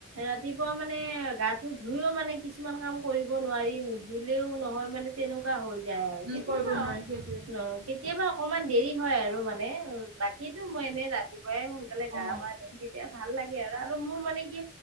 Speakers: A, on the right; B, on the right.
A: ৰাতিপুৱা মানে গাটো ধুইও মানে কিছুমান। কিছুমান কাম কৰিব নোৱাৰি, নুধুলেও নহয় মানে তেনেকুৱা হয়। যায় আৰু
B: উম
A: কেতিয়াবা
B: কৰিব নোৱাৰে সেইটোৱে
A: ন কেতিয়াবা। অকমান দেৰি হয় আৰু মানে। বাকীতো মই এনেই ৰাতিপুৱাই সোনকালে গা
B: অ
A: পা ধুই। ভাল লাগে আৰু মোৰ। মানে কি